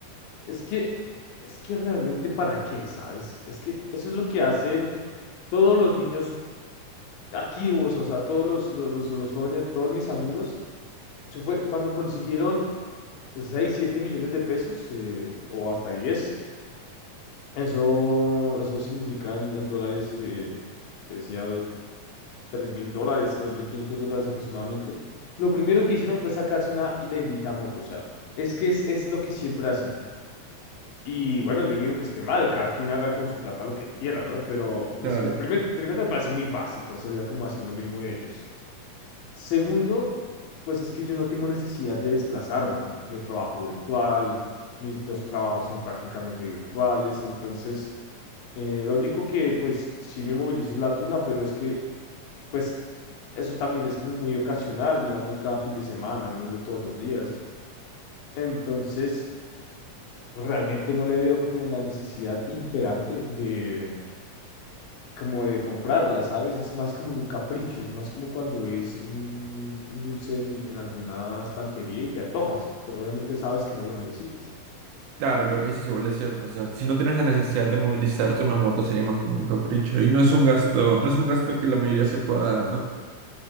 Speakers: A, on the left; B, on the right.
A: Es que, es que realmente para qué, ¿sabes? Es que eso es lo que hacen todos los niños aquí, vos, o sea, todos los, los, los- los jóvenes, todos mis amigos, eso fue cuando consiguieron 6 7 millones de pesos eh, o hasta 10. eso, eso significa en, en dólares que que decía tres mil dólares, 2.500 dólares aproximadamente. Lo primero que hicieron fue sacarse una bendita moto, o sea, es que es, es lo que siempre hacen. Y bueno, yo no digo que esté mal, cada quien haga con su plata lo que quiera, ¿no? Pero, pero
B: Claro.
A: es que primer- primero me parece muy básico, sería como hacer lo mismo de ellos. Segundo, pues es que yo no tengo necesidad de desplazarme. Yo trabajo virtual, mis dos trabajos son prácticamente virtuales, entonces eh, lo único que pues sí me movilizo es la tuna, pero es que pues eso también es como muy ocasional, digamos cada fin de semana, no es de todos los días. Entonces, realmente no le veo como la necesidad imperante de como de comprarla, ¿sabes? Es más como un capricho, es más como cuando ves un, un dulce en, en alguna estantería y te antojas, pero realmente sabes que no lo necesitas.
B: Claro, lo que dices igual es cierto. O sea, si no tienes la necesidad de movilizarte una moto sería más como un capricho. Y no es un gasto, no es un gasto que la mayoría se pueda dar, ¿no?